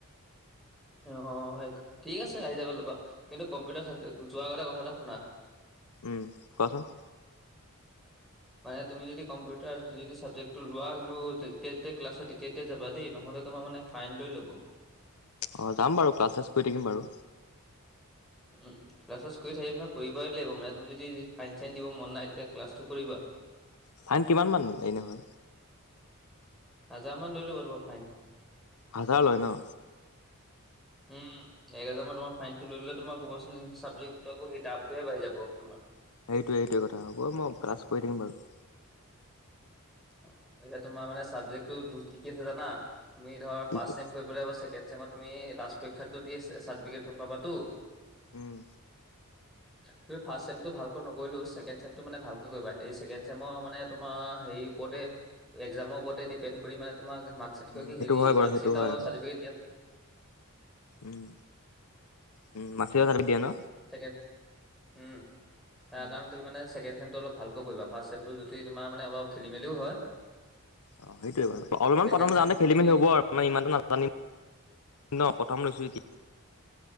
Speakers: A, in the centre; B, on the left (about 85°).
A: অ, ঠিক আছে আহি যাবা ল'বা কিন্তু কম্পিউটাৰ যোৱাৰ আগতে কথা এটা শুনা
B: উম কোৱাচোন।
A: মানে তুমি যদি কম্পিউটাৰ যদি চাবজেক্টো লোৱা কিন্তু যেতিয়া যেতিয়া ক্লাছ হয় তেতিয়াই তেতিয়াই যাবা দেই নহ'লে তোমাৰ মানে ফাইন লৈ ল'ব।
B: অ যাম বাৰু ক্লাছ- শ্লাছ কৰি থাকিম বাৰু।
A: উম ক্লাছ-শ্লাস কৰি থাকিম নহয় কৰিবই লাগিব মানে তুমি যদি ফাইন-চাইন দিব মন নাই তেতিয়া ক্লাছটো কৰিবা।
B: ফাইন কিমান মান এনে হয়?
A: হাজাৰ মান লৈ ল'ব তোমাৰ ফাইন।
B: হাজাৰ লয় ন?
A: উম এক হাজাৰ মান তোমাৰ ফাইনটো লৈ ল'লে তোমাৰ ক'বাচোন চাবজেক্টটো আকৌ সেই দামটোহে বাঢ়ি যাব তোমাৰ।
B: সেইটোৱে, এইটোৱে, কথা হ'ব মই ক্লাছ কৰি থাকম বাৰু
A: অ', তিয়া তোমাৰ মানে চাবজেক্টো কি কি আছে জানা, তুমি ধৰ
B: কি
A: ফাৰ্ষ
B: কি
A: ম কৰিব লাগ আচ মই তুমি ৰাজ পৰীক্ষাতো চাৰ্টিফিকেটখন পাবাতো
B: উম,
A: হয়। তুম ফাৰ্ষ্ট চেমটো ভালকৈ নকৰিলেও, ছেকেড চেমটো মানে ভালকৈ কৰিবা, এই কেণ্ড চছেম মানে তোমাৰ হেৰি ওপৰতে, এক্জামৰ ওপৰতে ডিপেড কৰি মানে তোমাক
B: উম,
A: কি
B: সেইটো
A: হেৰি,
B: হয় বাৰু
A: মাৰ্কশ্বট
B: সেইটো হয়
A: আৰু
B: অ',
A: চাৰ্ফিকেট হ
B: উম, উম, মাচিও চাৰ্টিফিকেট দিয়ে ন?
A: <unintelligible> উম, তাৰ
B: উম।
A: কাৰণে তুমি মানে ছেকেণ্ড চেমটো অলপ ভালকৈ পঢ়িবা, ফাৰ্ষ্ট চেমটো য তোমাৰ মে অল খেলি মেলিও হয়
B: অ', সেইটোৱে বাৰু, অলপমান
A: ছেকেণ্ড
B: প্ৰথম
A: চেমটো
B: যওঁতে খেলি
A: তুমি
B: মেলি হ'ব আৰু মানে
A: অ,
B: ইমানটো নাজানিম ন, প্ৰথম লৈছোঁ এতিয়া